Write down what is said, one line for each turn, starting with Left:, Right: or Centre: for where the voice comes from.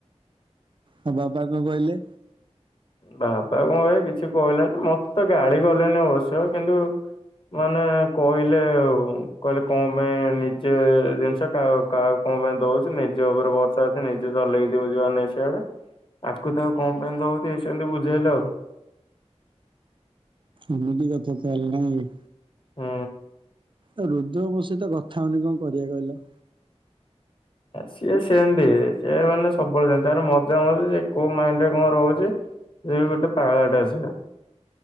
Right: ହଁ ବାପା କଣ କହିଲେ?
Left: ବାପା କଣ କହିବେ କିଛି କହିଲେଣି ମତେ ତ ଗାଳି ଗଲେଣିି ଅବଶ୍ୟ କିନ୍ତୁ ମାନେ କହିଲେ ଆଉ କହିଲେ କଣ ପାଇଁ ନିଜେ ଜିନିଷ କାହା କାହାକୁ କଣ ପାଇଁ ଦଉଚୁ ନିଜ ଉପରେ ଭର୍ଷା ଅଛି ନିଜେ ଚଲେଇକି ଯିବୁ ଯୁଆଡ଼େ ନାହିଁ ସିଆଡେ। ଆକୁ ତାକୁ କଣ ପାଇଁ ଦଉଚୁ ଏମିତି ସେମିତି ବୁଝେଇଲେ ଆଉ।
Right: ଏମିତି କଥା ତାହେଲେ ନାଇଁ କି।
Left: ହୁଁ।
Right: ଏ ରୁଦ୍ର ମୋ ସହିତ କଥା ହେଉନି କଣ କରିବା କହିଲ?
Left: ସିଏ ସେମତି ସିଏ ମାନେ ସବୁବେଳେ ତାର ସେମିତି ତାର ମଦ୍ ଶେଇପା ମୁଁ କହୁଚି କୋଉ ମାଇଣ୍ଡରେ କଣ ରହୁଚି ସେ ଗୋଟେ ପାାଗଳାଟା ସିଏ।